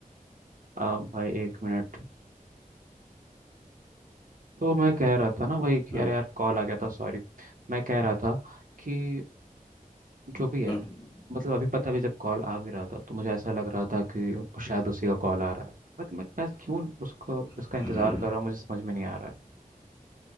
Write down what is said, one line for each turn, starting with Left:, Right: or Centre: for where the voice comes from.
Right: आ, भाई एक मिनट तो मैं कह रहा था ना भाई कि
Left: हम्म
Right: यार यार कॉल आ गया था सॉरी मैं कह रहा था कि जो भी है
Left: हम्म
Right: मतलब अभी पता भी जब कॉल आ भी रहा था तो मुझे ऐसा लग रहा था कि शायद उसी का कॉल आ रहा है बट मैं मैं क्यों उसको
Left: हम्म
Right: उसका इंतज़ार कर रहा हूँ मुझे समझ में नहीं आ रहा है